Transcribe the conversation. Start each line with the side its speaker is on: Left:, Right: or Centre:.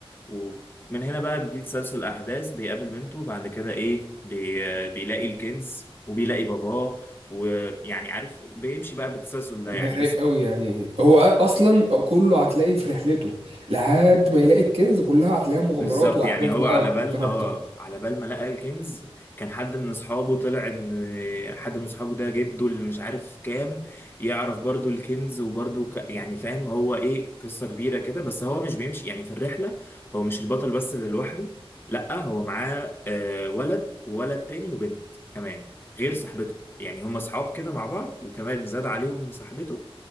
Left: ومن هنا بقى بيبتدي تسلسل الاحداث بيقابل بنته بعد كده ايه بي... بيلاقي الكنز وبيلاقي باباه ويعني عارف بيمشي بقى بالتسلسل ده
Right: ده
Left: يعني
Right: رايق
Left: بس
Right: قوي يعني هو أ- اصلا كله هتلاقيه في رحلته لحد ما يلاقي الكنز كلها هتلاقيها مغامرات
Left: بالظبط
Right: واحداث
Left: يعني هو
Right: بقى
Left: على بال
Right: مترابطه
Left: اه على بال ما لقى الكنز كان حد من اصحابه طلع ان حد من اصحابه ده جده اللي مش عارف كام يعرف برضو الكنز وبرضو ك... يعني فاهم هو ايه قصة كبيرة كده بس هو مش بيمشي يعني في الرحلة هو مش البطل بس اللي لوحده لا هو معاه آه ولد وولد تاني وبنت كمان غير صاحبته يعني هم اصحاب كده مع بعض وكمان زاد عليهم صاحبته